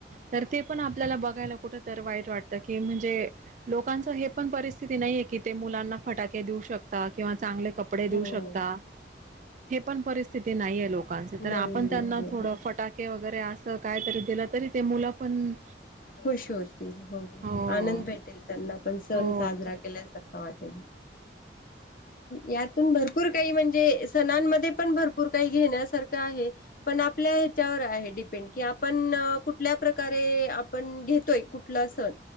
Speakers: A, on the right; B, on the left.
A: तर ते पण आपल्याला बघायला कुठ तर वाईट वाटत की म्हणजे लोकांच हे पण परिस्थिती नाहीये की ते मुलांना फटाके देऊ शकता किंवा चांगले कप कपडे देऊ
B: हो
A: शकता हे पण परिस्थिती नाहीये लोकांच तर
B: नाही
A: आपण त्यांना
B: हो
A: थोड फटाक के वगैरे अस काय तरी दिल तरी ते मुल पण
B: खुश होतील हो
A: हो
B: आनंद भेटेल त्यांना पण सण
A: हो
B: साजरा केल्याचा हो वाटेल यातुन भरपुर काही म्हणजे सणांमध्ये पण भरपूर काही घेण्यासारख आहे पण आपल्या ह्याच्यावर आहे डिपेंड की आपण कुठल्या प्रकारे आपण घेतोय कुठला सण